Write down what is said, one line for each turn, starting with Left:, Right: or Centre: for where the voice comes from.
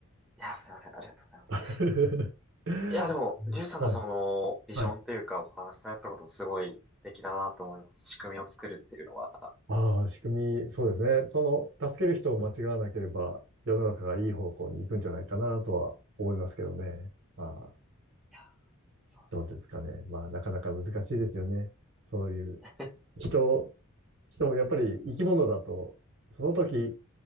Centre: いや、すいません。ありがとうございます。
Right: <laughs>
Centre: いや、でも、
Right: ねはい。
Centre: リュウさんのその、ビジョンというか、
Right: はい。
Centre: お話しされたことすごい素敵だなと思います。仕組みを作るっていうのは。
Right: ああ、仕組み、そうですね。その、助ける人を間違わなければ、世の中がいい方向に行くんじゃないかなとは思いますけどね。ああ。
Centre: いや、そ
Right: どうですかね。まあ、なかなか難しいですよね。そういう
Centre: うね
Right: 人、人もやっぱり生き物だと、その時